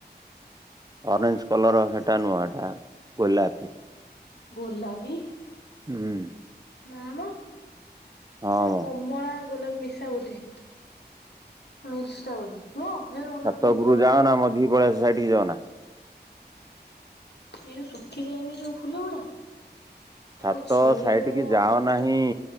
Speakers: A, on the right; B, on the left.
A: ଅରେଞ୍ଜ କଲର ସେଟା ନୁଆଁଟା ଗୋଲାପୀ।
B: ଗୋଲାପି।
A: ହୁଁ।
B: ନା ମ।
A: ହଁ
B: ସେ
A: ମ
B: କମଳା ଗୋଲାପି ମିିସା ବୋଧେ। ମିକ୍ସ ଟା ବୋଧେ ନୁହଁ। ପିଓର ଗୋଲାପ
A: ଛାତ
B: ନୁହଁ
A: ଉପୁରୁ
B: ଗୋଲାପି
A: ଯାଅନା ମଝିକି ପଳେଇ ଆସ ସାଇଟିକି ଯାଅନା।
B: ଏଇ ଶୁଖି ଯାଇନି ଯୋଉ ଫୁଲ ଗୁଡା
A: ଛାତ
B: ତାକୁ ଛିଡେଇ
A: ସାଇଟିକି
B: ଦବୁ
A: ଯାଅ
B: ଅଧା ଅଧା
A: ନାହିଁ
B: ଯୋଉ